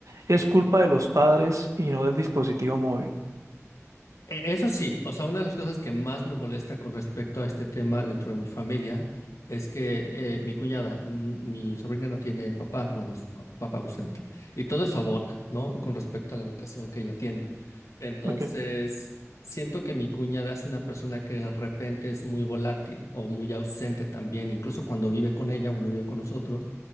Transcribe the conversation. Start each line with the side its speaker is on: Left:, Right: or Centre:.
Right: es culpa de los padres y no del dispositivo móvil?
Left: E- Eso sí, o sea, una de las cosas que más me molesta con respecto a este tema dentro de mi familia es que eh, mi cuñada, n- mi sobrina no tiene papá, bueno, es pa- papá ausente, y todo eso abona, ¿no? Con respecto a la educación que ella tiene. Entonces,
Right: Ok,
Left: siento que mi cuñada es una persona que de repente es muy volátil o muy ausente también, incluso cuando vive con ella, cuando vive con nosotros